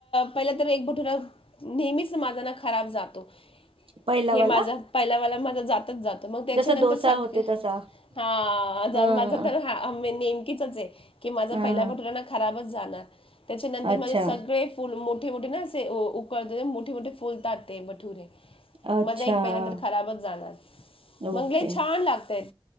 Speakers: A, on the left; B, on the right.
A: पहिलं तर एक बटुरा नेहमीच माझाना खराब जातो,
B: पहिलावाला
A: हे माझं पहिल्यावाला माझं जातच जातं, मग त्याच्यानंतर
B: जसा डोसा
A: सगळे
B: होते तसा
A: हा ज
B: ह
A: माझं तर हा मे नेमकीचाच ये की, माझा
B: ह
A: पहिला बटूरा ना खराबच जाणार. त्याच्यानंतर
B: अच्छा,
A: माझे सगळे फुल मोठे मोठे ना असे, उकळते मोठे मोठे फुलता ते बठुरे
B: अच्छा.
A: माझा एक पहिला तर खराबच जाणार.
B: ओके.
A: मंग लई छान लागतायत,